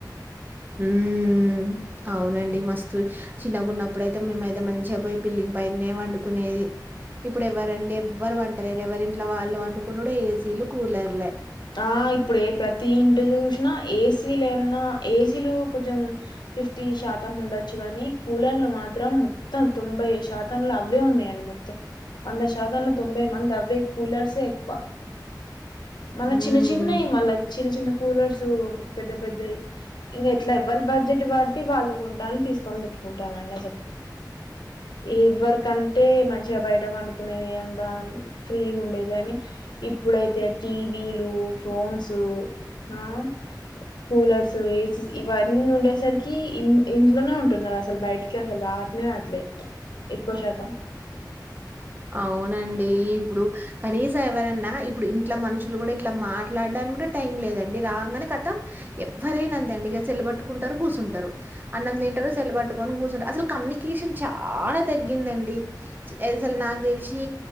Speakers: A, on the right; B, on the left.
A: ఉమ్ అవునండి మస్తు చిన్నగున్నప్పుడైతే మేమైతే మంచిగా పోయి పిల్లింగ్ పైనే పండుకునేది ఇప్పుడు ఎవరండి ఎవ్వరు పంటలేరు ఎవరి ఇంట్లో వాళ్ళు పండుకొనుడే ఏసీలు కూలర్లే
B: ఆ ఇప్పుడు ప్రతి ఇంట చూసినా ఏసీలన్నా ఏసీలో కొంచెం ఫిఫ్టీ శాతం ఉండొచ్చు గానీ కూలర్లు మాత్రం మొత్తం తొంభై శాతంలో అవే ఉన్నాయండి మొత్తం వంద శాతంలో తొంభై మంది అవే కూలర్సే ఎక్కువ మన
A: ఉమ్
B: చిన్న చిన్నయ్ మళ్ళ చిన్న చిన్న కూలర్స్ టూ పెద్ద పెద్దయ్ ఇంక ఎట్లా ఎవ్వలి బడ్జెట్ బట్టి వాళ్ళు కొంటాళ్ళు తీసుకొని పెట్టుకుంటాలు అండి అసల్ ఇది వరకంటే మంచిగా బయట పండుకునేది అంతా ఫ్రీగా ఉండేది కానీ ఇప్పుడైతే టీవీలు ఫోన్సు ఆ కూలర్స్ ఏసీస్ ఇవన్నీ ఉండేసరికి ఇ ఇంట్లోనే ఉంటున్నారు అసలు బయటికి అసలు రావ నే రాట్లే ఎక్కువ శాతం
A: అవునండి ఇప్పుడు కనీసం ఎవరన్నా ఇప్పుడు ఇంట్ల మనుషులు కూడా ఇట్లా మాట్లాడా నికి గూడా టైం లేదండి రాంగనే కతం ఎవ్వరైనా అంతే అండి ఇగ సెల్లు బట్టుకుంటారు గూసుంటారు అన్నం తింటారు సెల్లు బట్టుకొని గూసుంటారు అసలు కమ్యూనికేషన్ చాలా తగ్గిందండి అసలు నాకు దెలిసి